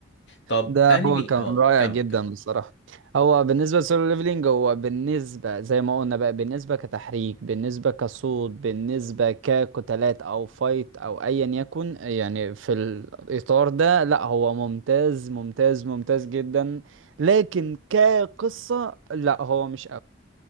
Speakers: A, on the left (about 65°); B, on the right (about 75°).
A: طب
B: ده
A: انمي
B: هو كان
A: اه
B: رائع
A: كمل
B: جدا
A: كمل
B: بصراحة هو بالنسبة للسولو ليفلينج هو بالنسبة زي ما قلنا بقى بالنسبة كتحريك بالنسبة كصوت بالنسبة كقتالات أو فايت أو أيا يكن يعني في الإطار ده لا هو ممتاز ممتاز ممتاز جدا لكن كقصة لا هو مش